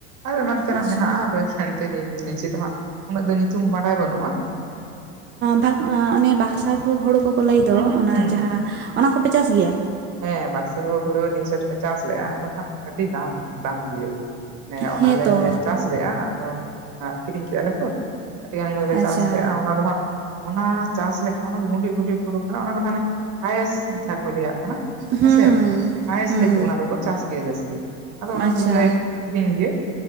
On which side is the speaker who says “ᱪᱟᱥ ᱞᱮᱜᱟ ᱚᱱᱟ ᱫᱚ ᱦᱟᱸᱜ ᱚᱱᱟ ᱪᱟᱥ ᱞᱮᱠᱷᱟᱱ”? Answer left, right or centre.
Right